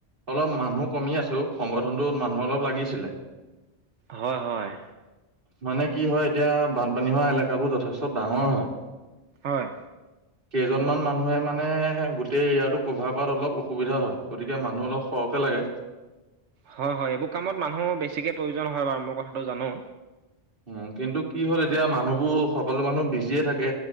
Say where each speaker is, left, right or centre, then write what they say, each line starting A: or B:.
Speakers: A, on the right (about 50°); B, on the right (about 85°).
A: অলপ মানুহ কমি আছো। সংগঠনটোত মানুহ অলপ লাগিছিলে
B: হয় হয়
A: মানে কি হয় এতিয়া বানপানী হোৱা এলেকাবোৰ যথেষ্ট- চব ডাঙৰ হয়
B: হয়
A: কেইজনমান মানুহে মানে গোটেই এয়াটো কভাৰ কৰাত অলপ অসুবিধা হয়। গতিকে মানুহ অলপ সৰহকে লাগে।
B: হয় হয় এইবোৰ কামত মানুহ বেছিকে প্ৰয়োজন হয় বাৰু মই কথাটো জানো।
A: উম, কিন্তু কি হ'ল এতিয়া মানুহবোৰ সকলো মানুহ বিজিয়ে থাকে